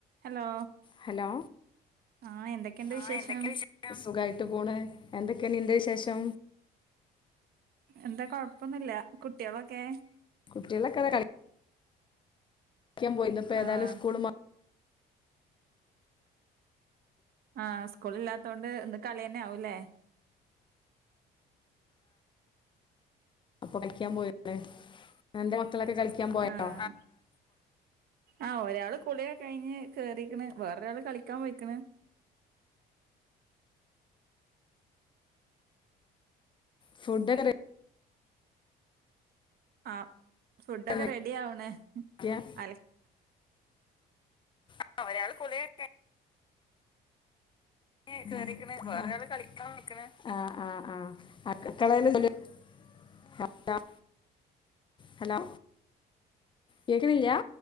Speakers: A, on the right (about 65°); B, on the left (about 30°).
A: hello
B: hello
A: ആഹ് എന്തൊക്കെയുണ്ട് വിശേഷം
B: ആഹ് എന്തെക്ക്യാ വിശേഷം സുഖായിട്ട് പോണ് എന്തൊക്കെയാ നീന്റെ വിശേഷം
A: എന്തേ കൊഴപ്പൊന്നുല്ല കുട്ടിയളൊക്കെ
B: കുട്ടിളെക്കേ അതാ കളി പളക്കാ പോയിന്ന് ഇപ്പോ
A: ആഹ്
B: ഏതായും സ്കുള് മാ
A: ആഹ് സ്കൂളില്ലാത്തോണ്ട് ഇന്ന് കളിന്നെ ആവൂല്ലേ
B: അപ്പൊ കളിക്കാൻ <unintelligible> അൻ്റെ മക്കളൊക്കെ കളിക്കാൻ പോയേന്നോ
A: ആഹ് ആഹ് ഒരാള് കുളിയൊക്കേ കഴിഞ്ഞ് കേറിക്ക്ണ് വേറൊരാള് കളിക്കാൻ പോയിക്ക്ണ്
B: ഫുഡോക്കെ റെ
A: ആഹ് ഫുഡൊക്കെ
B: റെഡിയാക്കാൻ
A: റെഡിയാവ്ണ്
B: നിക്കാ
A: അല
B: ആഹ് ഒരാള് കുളിയൊക്കെ ങ്ങ് കേറീക്ക്ണ് വേറൊരാള് കളിക്കാൻ പെയ്ക്ക്ണ് ആഹ് ആഹ് ആഹ് <unintelligible> <unintelligible> ഹലോ കേക്ക്ണില്ല്യാ